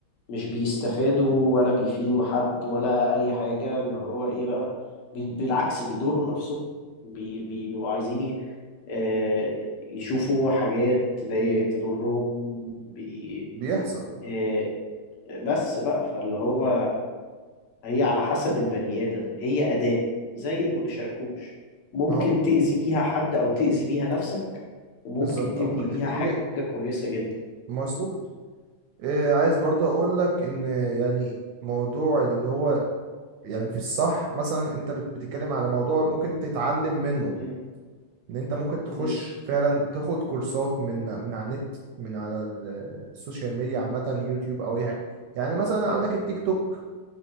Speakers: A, on the left (about 60°); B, on the right (about 75°).
A: مش بيستفادوا ولا بيفيدوا حد ولا أي حاجة اللي هو إيه بقى بي- بالعكس بيضروا نفسهم بي- بي- بيبقوا عايزين ي- آه، يشوفوا حاجات تضايق تضرهم بي
B: بيحصل
A: آه، بس بقى فاللي هو هي على حسب البني آدم هي أداة زي الشاكوش ممكن
B: ما هو
A: تأذي بيها حد أو تأذي بيها نفسك وممكن
B: بالظبط
A: تبني
B: أو ممكن
A: بيها
B: تبني
A: حاجة
B: بيها
A: كويسة جدا
B: مظبوط آه، عايز برضه اقول لك ان يعني موضوع اللي هو يعني في الصح مثلا انت بت- بتتكلم على موضوع ممكن تتعلم منه
A: مم.
B: ان انت ممكن تخش
A: مم.
B: فعلا تاخد كورسات من من على النت من على ال- السوشيال ميديا عامة يوتيوب او اي حاجة يعني مثلا عندك
A: اه
B: التيك توك